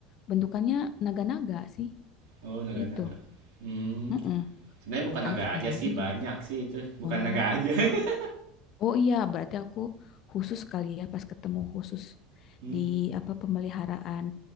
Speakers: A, on the left; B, on the right.
A: Bentukannya naga-naga sih
B: Oh, naga-naga.
A: gitu.
B: Hmm.
A: Mm-mm.
B: Sebenarnya bukan naga
A: Apa
B: aja
A: ya
B: sih,
A: judul?
B: banyak sih itu. Bukan
A: Oh.
B: naga aja. <laughs>
A: Oh iya, berarti aku khusus kali ya pas ketemu khusus
B: Hmm.
A: di apa pemeliharaan